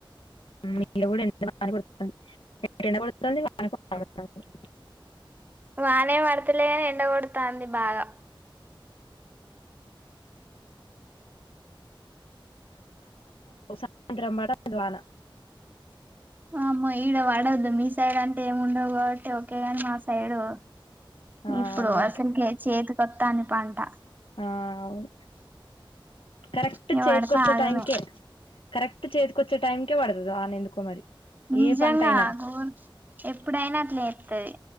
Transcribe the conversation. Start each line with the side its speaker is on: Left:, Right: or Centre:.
Left: మీలో కూడా ఎండ బానే కొడుతుంది. ఎండ కొడుతుంది వాన కొడుతుంది.
Right: వానే పడతలేదు. ఎండ కొడుతాంది బాగా.
Left: సాయంత్రం పడతది వాన.
Right: అమ్మా ఈడ పడొద్దు మీ సైడ్ అంటే ఏమి ఉండవు కాబట్టి ఓకే గాని మా సైడు.
Left: ఆ
Right: ఇప్పుడు
Left: అందరికి
Right: అసలుకి చేదు. మొత్తానికంట.
Left: ఆ అవును కరెక్ట్
Right: ఇగ
Left: చేతికొచ్చే
Right: పడితే ఆగమే
Left: టైం కె కరెక్ట్ చేతికొచ్చే టైంకే పడుతది వాన ఎందుకో మరి
Right: నిజంగా
Left: ఏ పంట అయినా
Right: ఘోరం ఎప్పుడైనా అట్లా చేతది